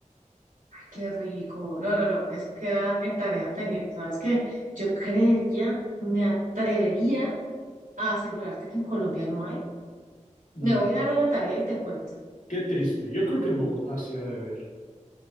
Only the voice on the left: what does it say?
Mm,
qué triste. Yo creo que en Bogotá sí ha de haber.